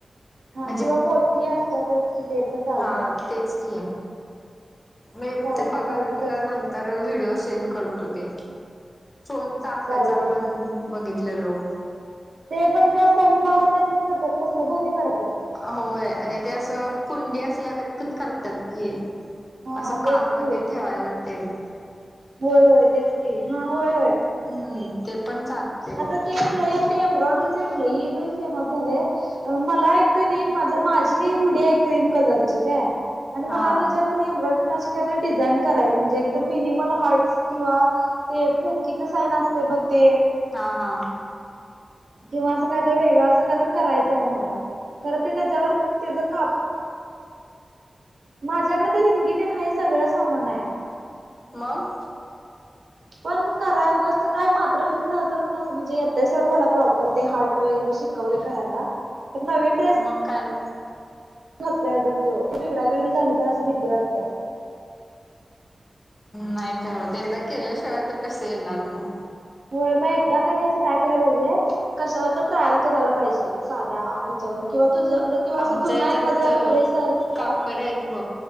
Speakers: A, on the right; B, on the left.
A: हा
B: म्हणजे
A: किंवा मोती, असतातच कि ते. पण चालतंय
B: हा तेच कि. मी
A: चालतंय
B: ते बगालो,
A: चालतंय
B: तुला
A: तसं करूया
B: नंतर व्हिडिओ सेंड करतो ते. सोन
A: हा
B: चा
A: हा
B: चाफ्याचा
A: चालतंय
B: पण
A: की
B: बघितलेलो.
A: ते पण ते सनफ्लावर तेन पण करत्यांत, कसलं भारी करत्यात.
B: होय आणि ते असं कुंडी, असल्यागत पण करतात की.
A: हा
B: असं
A: तेच
B: कारमध्ये
A: की
B: ठेवायला तेेन.
A: होय, होय, तेच की हा होय, होय.
B: हूं ते पण चालते
A: आता ते एक लयन, ते एम्ब्रॉयडरीच एक लई बई फेमस झालय, मला एक कणी माझ माझी ती हुडी आहे क्रीम कलरची काय? आणि मला
B: हा
A: त्याच्यावर कणी एम्ब्रॉयडररी न अशी काय तरी डिझाईन करायची, म्हणजे एकतर मिनिमल हार्टस किंवा ते पोकीच साहीन असतय बघ ते.
B: हा, हा!
A: किंवा असं काहीतरी वेगळं, असं काहीतरी करायचंय मला खर ते त्याच्यावर त्याच काप, माझ्याकडे ते रिंगीत तेन आहे सगळं सामान आहे.
B: मंग!
A: पण कराय उगंच ते काय मात्र, वित्री, झालं तर मंग असं म्हणजे येत सोडं मला प्रॉपर ते हार्ट वगैरे शिक कवले कराला त नवीन
B: म काय?
A: घातलंय अजून त्यो, त बीगडा बीगडी झाली त असं भीती वाटत्या.
B: नाही काय होत एकदा केल्याशिवाय तर कसं येणार मग.
A: हो मग एकदा काणी असं काय कराय पाहिजे. कशावर तर ट्रायल करायला पाहिजे साध्या ह्याच्यावर किंवा तुझ्याकडे किंवा
B: आमच्या
A: असा जुना
B: ह्याच्यात
A: एखादा ड्रेस आहे काय
B: कापडे आहेत ब